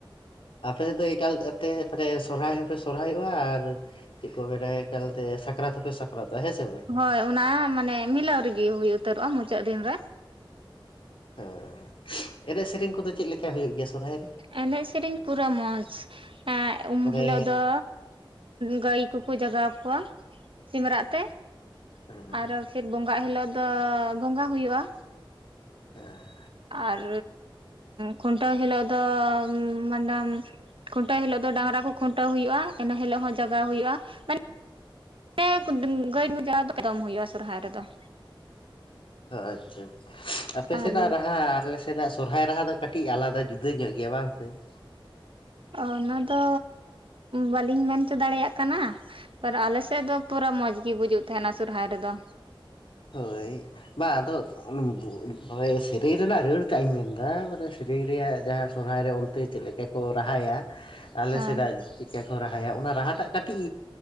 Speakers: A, on the left (about 70°); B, on the right (about 75°).
A: ᱟᱯᱮ ᱥᱮᱫ ᱫᱚ ᱮᱠᱟᱞ ᱛᱮ ᱢᱟᱱᱮ ᱥᱚᱨᱦᱟᱭ ᱦᱚᱸᱯᱮ ᱥᱚᱨᱦᱟᱭᱚᱜ-ᱟ ᱟᱨ ᱪᱮᱫ ᱠᱚ ᱢᱮᱱᱟ ᱮᱠᱟᱞᱛᱮ ᱥᱟᱠᱨᱟᱛ ᱦᱚᱸᱯᱮ ᱥᱟᱠᱨᱟᱛᱚᱜ-ᱟ ᱦᱮᱸᱥᱮ ᱵᱟᱝ?
B: ᱦᱳᱭ ᱚᱱᱟ ᱢᱟᱱᱮ ᱢᱤᱞᱟᱹᱣ ᱨᱮᱜᱮ ᱦᱩᱭ ᱩᱛᱟᱹᱨᱚᱜ-ᱟ ᱢᱩᱪᱟᱹᱫ ᱫᱤᱱ ᱨᱮ᱾
A: ᱦᱚᱸ, ᱮᱱᱮᱡ ᱥᱮᱨᱮᱧ ᱠᱚᱫᱚ ᱪᱮᱫ ᱞᱮᱠᱟ ᱦᱩᱭᱩᱜ ᱜᱮᱭᱟ? ᱥᱚᱨᱦᱟᱭ
B: ᱮᱱᱮᱡ ᱥᱮᱨᱮᱧ ᱯᱩᱨᱟᱹ ᱢᱚᱸᱡᱽ ᱮᱸ ᱩᱢ
A: ᱢᱟᱱᱮ
B: ᱦᱤᱞᱚᱜ ᱫᱚ ᱜᱟᱹᱭ ᱠᱚᱠᱚ ᱡᱟᱜᱟᱣ ᱠᱚᱣᱟ ᱥᱤᱢᱨᱟᱜ ᱛᱮ <inaudible>
A: <inaudible>
B: ᱟᱨᱚ ᱯᱷᱤᱨ ᱵᱚᱸᱜᱟ ᱦᱤᱞᱳᱜ ᱫᱚ ᱵᱚᱸᱜᱟ ᱦᱩᱭᱩᱜ-ᱟ ᱾
A: ᱦᱮᱸ ᱾
B: ᱟᱨ ᱠᱷᱩᱱᱴᱟᱹᱣ ᱦᱤᱞᱳᱜ ᱫᱚᱻ ᱢᱮᱰᱟᱢ ᱠᱷᱩᱱᱴᱟᱹᱣ ᱦᱤᱞᱳᱜ ᱫᱚ ᱰᱟᱝᱨᱟ ᱠᱚ ᱠᱷᱩᱱᱴᱟᱹᱣ ᱦᱩᱭᱩᱜ-ᱟ, ᱤᱱᱟᱹ ᱦᱤᱞᱳᱜ ᱦᱚᱸ ᱡᱟᱜᱟᱣ ᱦᱩᱭᱩᱜ-ᱟ, ᱢᱟᱱ ᱮ ᱜᱟᱹᱭ ᱡᱟ <inaudible> ᱫᱚᱢ ᱦᱩᱭᱩᱜ-ᱟ ᱥᱚᱨᱦᱟᱭ ᱨᱮᱫᱚ ᱾
A: ᱟᱪᱪᱷᱟ ᱾ ᱟᱯᱮ
B: ᱟᱨ
A: ᱥᱮᱱᱟᱜ ᱨᱟᱦᱟ ᱟᱞᱮ ᱥᱮᱱᱟᱜ ᱥᱚᱨᱦᱟᱭ ᱨᱟᱦᱟ ᱫᱚ ᱠᱟᱹᱴᱤᱡ ᱟᱞᱟᱫᱟ ᱡᱩᱫᱟᱹ ᱧᱚᱜ ᱜᱮᱭᱟ ᱵᱟᱝ ᱥᱮ ᱾
B: ᱚ ᱚᱱᱟ ᱫᱚ ᱵᱟᱹᱞᱤᱧ ᱢᱮᱱᱪᱚ ᱫᱟᱲᱮᱭᱟᱜ ᱠᱟᱱᱟ᱾ ᱯᱚᱨ ᱟᱞᱮ ᱥᱮᱫ ᱫᱚ ᱯᱩᱨᱟᱹ ᱢᱚᱸᱡᱽ ᱜᱤ ᱵᱩᱡᱩᱜ ᱛᱟᱦᱮᱸᱱᱟ ᱥᱚᱨᱦᱟᱭ ᱨᱮᱫᱚ᱾
A: ᱦᱳᱭ᱾ ᱵᱟ ᱟᱫᱚ <unintelligible> ᱦᱳᱭ ᱥᱮᱨᱮᱧ ᱨᱮᱱᱟᱜ ᱨᱟᱹᱲ ᱴᱟ ᱤᱧ ᱢᱮᱱᱫᱟ ᱢᱟᱱᱮ ᱥᱮᱨᱮᱧ ᱨᱮᱭᱟᱜ ᱡᱟᱦᱟᱸ ᱥᱚᱨᱦᱟᱭ ᱨᱮ ᱚᱱᱛᱮ ᱪᱮᱫ ᱞᱮᱠᱟ ᱠᱚ ᱨᱟᱦᱟᱭᱟ ᱟᱞᱮ
B: ᱦᱮᱸ
A: ᱥᱮᱫᱟᱜ ᱠᱟ ᱠᱚ ᱨᱟᱦᱟᱭᱟ ᱚᱱᱟ ᱨᱟᱦᱟᱴᱟᱜ ᱠᱟᱹᱴᱤᱡ